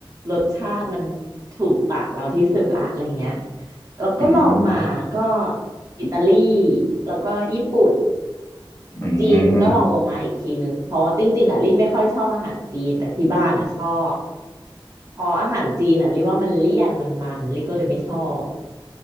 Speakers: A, on the right (about 35°); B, on the left (about 30°).
A: รสชาติมันถูกปากเราที่สุดละอะไรเงี้ยแล้วก็ลองมาก็
B: อืม
A: อิตาลีแล้วก็ญี่ปุ่น
B: อืม
A: จีนก็ลองลงมาอีกทีนึงเพราะว่าจริงๆอ่ะลี่ไม่ค่อยชอบอาหารจีนแต่ที่บ้านอ่ะชอบพออาหารจีนอ่ะลี่ว่ามันเลี่ยนมันมันลี่ก็เลยไม่ชอบ